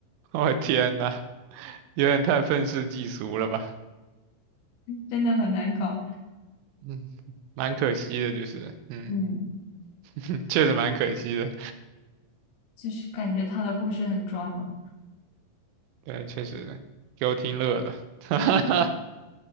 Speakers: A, on the right; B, on the left.
A: 我的天呐，有点太愤世嫉俗了吧？
B: 真的很难搞。
A: 嗯，<laughs> 蛮可惜的，就是，嗯，
B: 嗯，
A: <laughs> 确实蛮可惜的。
B: 就是感觉他的故事很抓马。
A: 对，确实给我听乐了。<laughs>